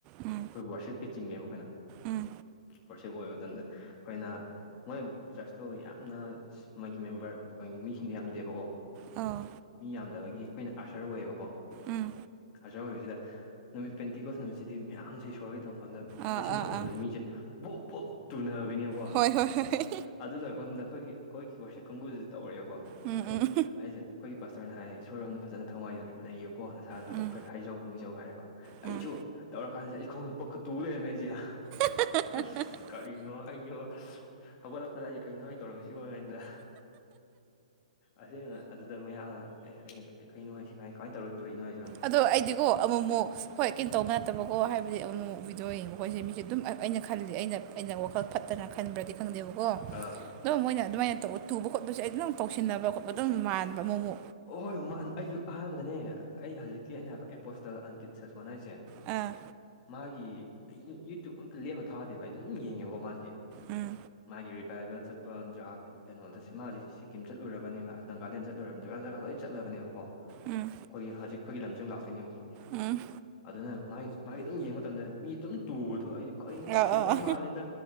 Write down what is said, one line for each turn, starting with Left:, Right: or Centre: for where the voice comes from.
Right: ꯎꯝ
Left: ꯑꯈꯣꯏ ꯋꯥꯔꯁꯤꯞꯀꯤ ꯆꯤꯡꯉꯦꯕ ꯑꯈꯣꯏꯅ
Right: ꯎꯝ
Left: ꯋꯥꯔꯁꯤꯞ ꯑꯣꯏꯕ ꯃꯇꯝꯗ ꯑꯈꯣꯏꯅ ꯃꯣꯏ ꯆꯔꯁꯇꯣ ꯌꯥꯝꯅ ꯃꯣꯏꯒꯤ ꯃꯦꯝꯕꯔ ꯑꯈꯣꯏꯒꯤ ꯃꯤꯁꯤꯡꯗꯣ ꯌꯥꯝꯗꯦꯕꯀꯣ꯫
Right: ꯑꯥ
Left: ꯃꯤ ꯌꯥꯝꯗꯕꯒꯤ ꯑꯈꯣꯏꯅ ꯑꯥꯔꯁꯔ ꯑꯣꯏꯌꯦꯕꯀꯣ꯫
Right: ꯎꯝ
Left: ꯑꯥꯔꯆꯔ ꯑꯣꯏꯕꯁꯤꯗ ꯅꯨꯃꯤꯠ ꯄꯦꯟꯇꯤꯀꯣꯁ ꯅꯨꯃꯤꯠꯁꯤꯗꯤ ꯃꯌꯥꯝꯁꯦ ꯏꯁꯣꯔꯒꯤ ꯇꯧꯀꯥꯟꯗ ꯃꯌꯥꯝ
Right: ꯑꯥ
Left: ꯂꯩꯁꯤꯡ
Right: ꯑꯥ
Left: ꯐꯪꯍꯟꯕꯁ
Right: ꯑꯥ
Left: ꯃꯤꯁꯦ ꯕꯨꯛ ꯕꯨꯛ ꯇꯨꯅꯕꯅꯦꯕ ꯀꯣ
Right: ꯍꯣꯏ ꯍꯣꯏ ꯍꯣꯏ
Left: ꯑꯗꯨ ꯂꯣꯏꯔꯄꯗ ꯑꯈꯣꯏꯒꯤ ꯑꯈꯣꯏꯒꯤ ꯋꯥꯁꯤꯞ ꯀꯥꯡꯒꯨꯁꯦ ꯇꯧꯔꯛꯑꯦꯕꯀꯣ
Right: ꯎꯝ
Left: ꯑꯩ
Right: ꯎꯝ
Left: ꯑꯩꯁꯦ ꯑꯩꯈꯣꯏꯒꯤ ꯄꯥꯁꯇꯔꯅ ꯍꯥꯏꯌꯦ ꯏꯁꯣꯔꯣꯝꯗ ꯐꯖꯅ ꯊꯋꯥꯏꯗꯨꯗ ꯂꯩꯌꯦꯕꯀꯣ ꯅꯁꯥꯅꯥꯗ
Right: ꯎꯝ
Left: ꯈꯔ ꯍꯥꯏꯖꯧ ꯅꯤꯡꯖꯧ ꯍꯥꯏꯔꯀꯣ
Right: ꯎꯝ
Left: ꯑꯩꯁꯨ ꯇꯧꯔꯀꯥꯟꯗꯦ ꯑꯩꯁ ꯈꯣꯡ ꯄꯀ ꯇꯨꯕ ꯂꯩꯔꯝꯃꯦ ꯑꯩꯁꯦ
Right: <unintelligible>
Left: ꯑꯩꯁ ꯀꯔꯤꯅꯣ ꯑꯩꯒꯣ ꯍꯧꯒꯠꯂꯛꯄꯗ ꯑꯩꯁꯦ ꯀꯩꯅꯣ ꯑꯩ ꯇꯧꯔꯝꯃꯤꯁꯤ ꯑꯣꯃꯦꯟꯗ ꯑꯁꯦꯡꯅ ꯑꯗꯨꯗ ꯃꯌꯥꯝ ꯑꯦ ꯑꯩꯅ ꯀꯩꯅꯣ ꯍꯥꯏꯃꯥꯏ ꯀꯃꯥꯏꯅ ꯇꯧꯔ ꯇꯨꯔꯛꯏꯅꯣ ꯍꯥꯏꯁꯦ
Right: ꯑꯗꯣ ꯑꯩꯗꯤꯀꯣ ꯑꯃꯨꯛꯃꯨꯛ ꯍꯣꯏ ꯀꯦꯟ ꯇꯧꯕ ꯅꯠꯇꯕꯀꯣ ꯍꯥꯏꯕꯗꯤ ꯑꯃꯨꯛ ꯕꯤꯗꯤꯑꯣ ꯌꯦꯡꯕ ꯑꯩꯈꯣꯏꯁꯦ ꯃꯤꯁꯦ ꯑꯗꯨꯝ ꯑꯩꯅ ꯈꯜꯂꯤ ꯑꯩꯅ ꯑꯩꯅ ꯋꯥꯈꯜ ꯐꯠ ꯇꯅꯥ ꯈꯟꯕ꯭ꯔꯗꯤ ꯈꯪꯗꯦꯕ ꯑꯣꯣ
Left: ꯑꯥ
Right: ꯑꯗꯣ ꯃꯣꯏꯅ ꯑꯗꯨꯃꯥꯏꯅ ꯇꯧ ꯇꯨꯕ ꯈꯣꯠꯄꯁꯦ ꯑꯩ ꯑꯗꯨꯝ ꯇꯧꯁꯤꯟꯅꯕ ꯈꯣꯠꯄ ꯑꯗꯨꯝ ꯃꯥꯟꯕ ꯃꯣꯏꯕꯨ
Left: ꯑꯣꯍꯣꯏ ꯃꯥꯟ ꯑꯩꯁꯨ ꯑꯍꯥꯟꯕꯗꯅꯦ ꯑꯩ ꯍꯧꯖꯤꯛꯀꯤ ꯑꯩꯅ ꯍꯥꯏꯕ ꯑꯦꯄꯣꯁꯇꯜ ꯑꯪꯀꯤꯠ ꯁꯥꯁꯣꯟ ꯍꯥꯏꯁꯦ
Right: ꯑꯥ
Left: ꯃꯥꯒꯤ ꯑꯩ ꯌꯨꯇ꯭ꯌꯕ ꯑꯝꯇ ꯂꯦꯝꯃ ꯊꯥꯗꯦꯕ ꯍꯥꯏ ꯑꯩꯗꯤ ꯑꯗꯨꯝ ꯌꯦꯡꯉꯦꯕꯀꯣ ꯃꯥꯁꯤꯒꯦ
Right: ꯎꯝ
Left: ꯃꯥꯒꯤ ꯔꯤꯚꯥꯏꯕꯦꯜ ꯆꯠꯄ ꯖꯒꯥ ꯀꯩꯅꯣꯗ ꯃꯥ ꯍꯧꯖꯤꯛ ꯁꯤꯀꯤꯝ ꯆꯠꯂꯨꯔꯕꯅꯦ ꯃꯥ ꯅꯥꯒꯥꯂꯦꯟ ꯆꯠꯂꯣꯏꯔꯕ ꯖꯒꯥ ꯖꯒꯥꯗ ꯂꯣꯏ ꯆꯠꯂꯕꯅꯦꯕꯀꯣ ꯑꯩꯈꯣꯏꯒꯤ
Right: ꯎꯝ
Left: ꯍꯧꯖꯤꯛꯐꯥꯎꯒꯤ ꯂꯝꯁꯤ ꯑꯃ ꯂꯥꯛꯇꯣꯏꯅꯦꯕꯀꯣ
Right: ꯎꯝ
Left: ꯑꯗꯨꯅ ꯃꯥꯒꯤ ꯃꯥꯒꯤ ꯑꯗꯨꯝ ꯌꯦꯡꯕ ꯃꯇꯝꯗ ꯃꯤ ꯑꯗꯨꯝ ꯇꯨꯕꯗꯣ ꯑꯩꯗꯤ ꯀꯔꯤꯅ
Right: ꯑꯥ
Left: ꯇꯧꯁꯤꯟꯅꯕ
Right: ꯑꯥ ꯑꯥ
Left: ꯃꯥꯜꯂꯤꯗ